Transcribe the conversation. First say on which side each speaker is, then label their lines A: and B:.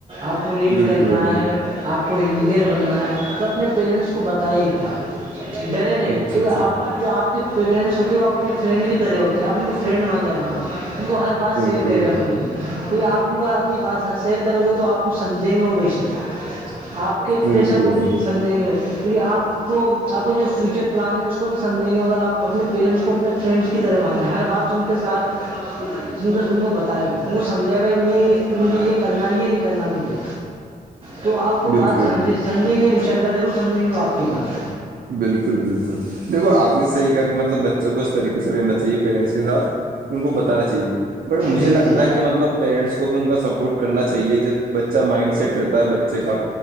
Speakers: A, on the right; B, on the right.
A: آپ کو نیٹ
B: بالکل
A: کرنا ہے آپ کو انجینئر بننا ہے تو اپنے پیرنٹس کو بتائی ایک بات ڈرے نہیں
B: اچھا
A: کیک
B: اچھا
A: آپ اور جو آپ کے پییرنٹس ہوتے ہیں وہ آپ کے فرینڈ کی طرح ہوتے ہیں آپ ان کو فرینڈ مانیں اپنا ان کو ہر بات
B: بالکل
A: شیئر کرے اپنی کہ آپ کو اپنی بات سیئر کرو گے تو آپ کو سمجھیں گے وہ بے شک آپ کے
B: بالکل
A: پریشر کو بھی سمجھیں گے وہ کیونکہ آپ کو آپ کو جو فیوچر پلان ہے اس کو بھی سمجھیں گے اگر آپ اپنے پیرینٹس کو اپنے فرینڈس کی ذرہ مانیں ہر بات ان کے ساتھ ان کو بتائے ان کو سمجھیا بھائی میں مجھے یہ کرنا یہ نہیں کرنا مجھے تو آپ کو
B: بالکل
A: بات سمجھے
B: بالکل
A: سمجھیں گے انشاء اللہ ضرور سمجھیں گے وہ آپ کی بات
B: بالکل بالکل دیکھو آپ نے صحی کہا کہ مطلب بچوں کو اس طریقے سے رہنا چاہیے پیرنٹس کے ساتھ ان کو بتانا چاہیے بٹ مجھے
A: جی
B: لگتا
A: جی
B: ہے کہ مطلب پیرنٹس کو بھی ان کا سپورٹ کرنا چاہیے جب بچہ مائنڈ سیٹ رہتا ہے بچ اچے کا